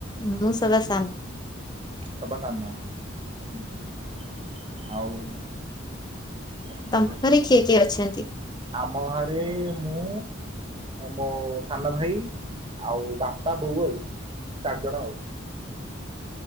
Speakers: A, on the left; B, on the right.
A: ମୁଁ ସବା ସାନ।
B: ସବା ସାନ ଆଚ୍ଛା ଆଉ ଆଉ କଣ
A: ତମ
B: କୁହ?
A: ଘରେ କିଏ କିଏ ଅଛନ୍ତି?
B: ଆମ ଘରେ ମୁଁ ମୋ ସାନ ଭାଇ ଆଉ ବାପା, ବୋଉ ଆଉ ଚାରିଜଣ ଆଉ।